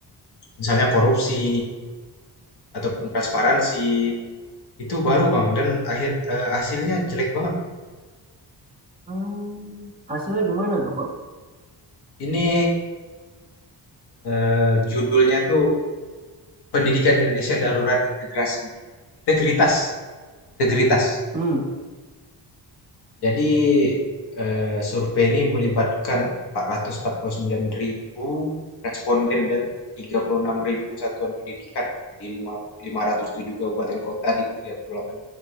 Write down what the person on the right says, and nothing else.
Hmm. hasilnya gimana tuh Bang?
Hmm,